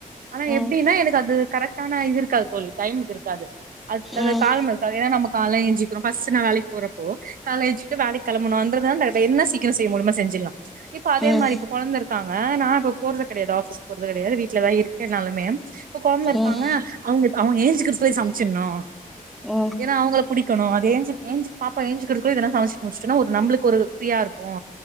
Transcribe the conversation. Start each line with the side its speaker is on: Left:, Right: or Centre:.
Right: ஆனா
Centre: ம்
Right: எப்டினா எனக்கு அது கரெக்டான இது இருக்காது தோழி டைம்க்கு இருக்காது அது அது
Centre: ம்
Right: கால்
Centre: ம்
Right: ம நம்ம காலைல எஞ்சிக்குரோ ஃபஸ்ட்டு நா வேலைக்கு போறப்போ கால்ல ஏஞ்சிட்டு வேலை கெளம்பணுன்றதா என்ன சீக்கிர செய்ய முடியுமோ செஞ்சிர்லா இப்ப அதே
Centre: ம்
Right: மாரி இப்ப கொழந்த இருக் காங்க நா இப்ப போறது கெடையாது ஆஃபீஸ் போறது கெடையாது வீட்லதா இருக்கேனாலுமே இப்ப கொழந்த இருக்காங்க
Centre: ம்
Right: அவங்க அவுங்க ஏஞ்சுக்கிறதுக்குல்லே சமைச்சிர்ணு
Centre: ம்
Right: ஏன்னா அவங்கள புடிக் கணு அது ஏஞ்சி ஏஞ்சி பாப்பா ஏஞ்சிக்குறகுள்ள இதலா சமைச்சி முடிச்சிட்டனா ஒரு நம்புளுக்கு ஒரு ஃப்ரீயாருக்கு